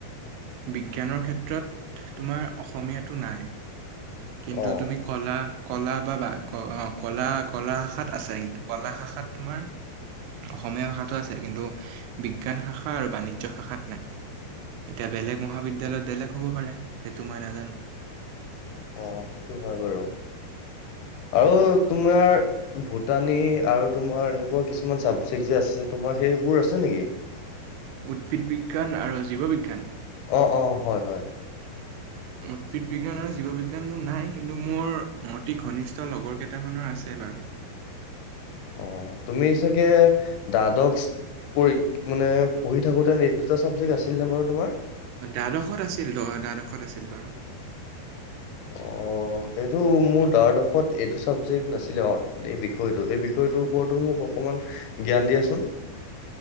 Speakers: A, on the right; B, on the left.
A: বিজ্ঞানৰ ক্ষেত্ৰত তোমাৰ অসমীয়াটো নাই। কিন্তু
B: অ
A: তুমি কলা- কলা বা- বা ক- অ' কলা- কলা শাখাত আছে কিন্তু। কলা শাখাত তোমাৰ অসমীয়া ভাষাটো আছে, কিন্তু বিজ্ঞান শাখা আৰু বাণিজ্য শাখাত নাই। এতিয়া বেলেগ মহাবিদ্যালয়ত বেলেগ হ'ব পাৰে। সেইটো মই নাজানোঁ।
B: অ' সেইটো হয় বাৰু। আৰু তোমাৰ ভূটানী আৰু তোমাৰ এনেকুৱা কিছুমান চাবজেক্ট যে আছে, তোমাৰ সে সেইবোৰ আছে নেকি?
A: উদ্ভিদ বিজ্ঞান আৰু জীৱ বিজ্ঞান?
B: অ', অ', হয় - হয়।
A: উদ্ভিদ বিজ্ঞান আৰু জীৱ বিজ্ঞান মোৰ নাই, কিন্তু মোৰ অতি ঘনিষ্ঠ লগৰ কেইটামানৰ আ ছে বাৰু।
B: <inaudible> অ', তুমি চাগে দ্বাদশ পঢ়ি- মানে পঢ়ি থাকোঁতে নে এই দুটা চাবজেক্ট আছিল নে বাৰু তোমাৰ?
A: দ্বাদশত আছিল, দ- দ্বাদশত আছিল বাৰু।
B: অ' অ' এইটো মোৰ দ্বাৰদশত এইটো ছাবজেক্ট নাছিলে অৰ- এই বিষয়টো। এই বিষয়টোৰ ওপৰতো মোক অকমান জ্ঞান দিয়াচোন।